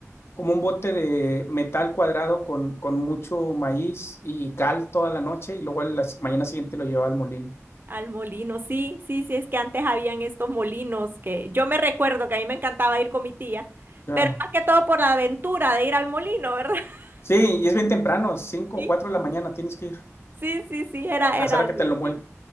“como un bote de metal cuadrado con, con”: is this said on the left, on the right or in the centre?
Left